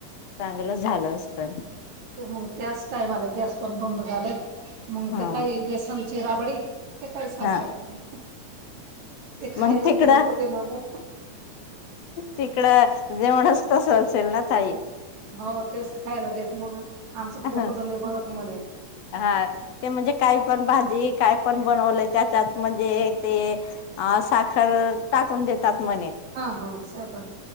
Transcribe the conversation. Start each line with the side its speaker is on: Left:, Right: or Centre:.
Left: चांगलं झालं असत
Right: तर मग त्याच टायमाला गॅस पण बंद झाले, मग
Left: हा
Right: ते काही गॅसांची रा बडी का काळी स्थान
Left: हा
Right: शोटते, म ते खायला
Left: मग तिकडं
Right: देत होते मला.
Left: तिकडं जेवणच तसं, असेल ना ताई.
Right: हो तेच खायला देत मग, आमचं
Left: हा
Right: पोटच नाही भरत म्हणे.
Left: हा, ते म्हणजे काय पण भाजी काय, पण बनवले त्याच्यात म्हणजे ते, अ.. साखर टाकून देतात म्हणे.
Right: हा हा, सगळं